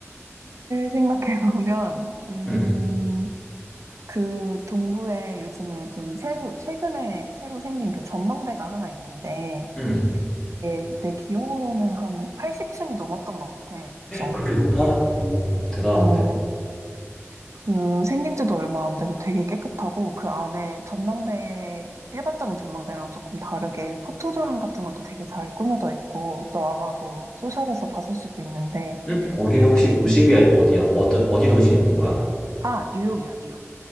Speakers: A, on the right; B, on the left.
A: 생각해 <laughs> 보면, 음,
B: 음,
A: 그 동부에 요즘에 좀 새로, 최근에 새로 생긴 그 전망대가 하나 있는데,
B: 음.
A: 이게 내 기억으로는 한 80층이 넘었던 것 같아. 그래서,
B: 그렇게 높아? 오, 대단한데?
A: 어, 그 생긴 지도 얼마 안 돼서 되게 깨끗하고, 그 안에 전망대, 일반적인 전망대랑 조금 다르게 포토존 같은 것도 되게 잘 꾸며져 있고, 너 아마 뭐 소셜에서 봤을 수도 있는데,
B: 응? 거기는
A: 이렇게
B: 혹시 도시가 어디야? 어디, 어디 도시에 있는 거야?
A: 아, 뉴욕이야, 뉴욕.